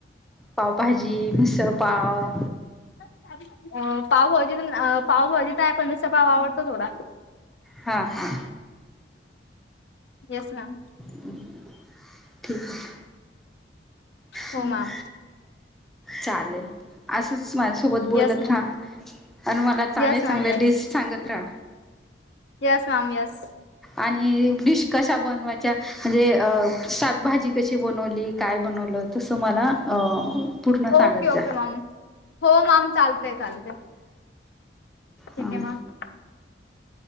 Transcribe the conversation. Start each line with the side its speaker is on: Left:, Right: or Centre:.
Centre: पावभाजी मिसळ पाव.
Left: अ पावभाजीत पावभाजीत नाही पण मिसळपाव आवडतो थोडा.
Centre: हा, हा.
Left: Yes ma'am.
Centre: ठीक आहे.
Left: हो
Centre: हम्म
Left: मॅम
Centre: चालेल असं. माझ्यासोबत बोलत
Left: येस मॅम
Centre: राहा आणि मला चांगले
Left: येस
Centre: चांगले
Left: मॅम येस.
Centre: डिश सांगत राहा.
Left: Yes ma'am yes.
Centre: आणि डिश कशा बनवायच्या म्हणजे शाक भाजी कशी बनवली. काय बनवलं तसं मला पूर्ण सांगत
Left: ओके ओके
Centre: जा.
Left: मॅम हो, माॅम चालतंय चालतंय. ठीक
Centre: हां
Left: आहे मग.